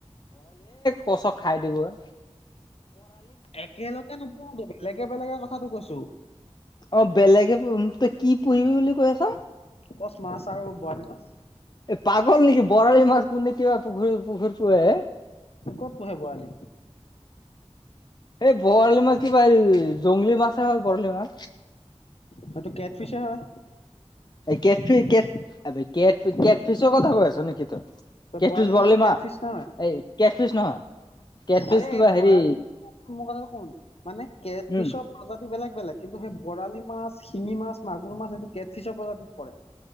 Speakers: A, on the left; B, on the left.
A: কছক খাই দিব এ।
B: একেলগে নোপোহোটো। বেলেগে- বেলেগে কথাটো কৈছো।
A: অ বেলেগে তই কি পুহিবি বুলি কৈ আছ?
B: কচ মাছ আৰু বৰালি মাছ।
A: এই পাগল নেকি বৰালি মাছ কোন নেকি বা পুখুৰী -পুখুৰীত পুহে!
B: ক'ত পুহে বৰালি?
A: এই বৰালি মাছ কিবা এই জংলী মাছে হয়। বৰালি মাছ।
B: হেইটো কেট ফিচে হয়।
A: কেট ফ- কেট ফিছৰ কথা কৈ আছ নেকি তই? কেটফিচ
B: বৰালি
A: বৰলি
B: মাছটো
A: মাৰ,
B: কেটফিচ নহয়
A: এই কেটফিচ নহয়। কেটফিচ
B: আৰে
A: কিবা
B: বৰালি
A: হেৰি
B: মোৰ কথাটো শুন। মানে কেট
A: উম
B: ফিছৰ প্ৰজাতি বেলেগ বেলেগ। কিন্তু সেই বৰালি মাছ, শিঙি মাছ, মাগুৰ মাছ সেইটো কেটফিচৰ প্ৰজাতিত পৰে।